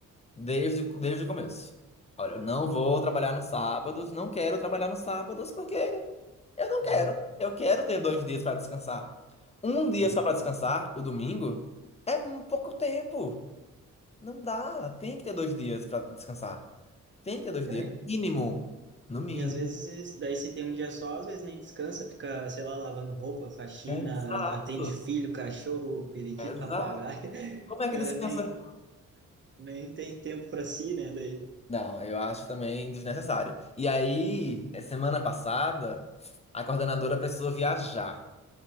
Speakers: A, on the left; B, on the right.
A: Desde, desde o começo. Olha, eu não vou trabalhar nos sábados, não quero trabalhar nos sábados porque eu não
B: Uhum,
A: quero. Eu quero ter dois dias para descansar. Um dia
B: sim.
A: só para descansar, o domingo, é um pouco tempo. Não dá. Tem que ter dois dias para descansar. Tem que ter dois
B: Não
A: dias,
B: é.
A: no mínimo. No mínimo.
B: E às vezes, daí se tem um dia só, às vezes nem descansa, fica, sei lá, lavando roupa, faxina,
A: Exato,
B: atende filho, cachorro, periquito,
A: exato.
B: papagaio. <laughs>
A: Como é
B: O cara
A: que descansa?
B: nem, nem tem tempo para si, né? Daí.
A: Não, eu acho também desnecessário. E aí, eh, semana passada, a coordenadora precisou viajar.